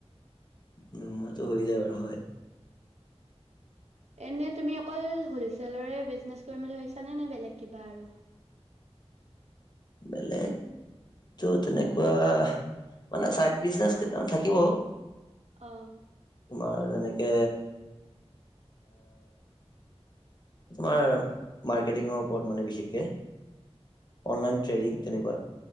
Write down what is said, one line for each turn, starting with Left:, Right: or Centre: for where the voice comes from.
Left: নোহোৱাটো হৈ যায় বাৰু হয়
Right: এনে তুমি অকল হলচলৰে বিজনেছ কৰিম বুলি ভাবিছানে নে বেলেগ কিবা আৰু
Left: এলেঃ ত তেনেকুৱা মানে চাইড বিজনেচ কেইটামান থাকিব
Right: অ
Left: তোমাৰ যেনেকে তোমাৰ মাৰ্কেটিঙৰ ওপৰত মানে বিশেষকৈ অনলাইন ট্ৰেডিং তেনেকুৱা।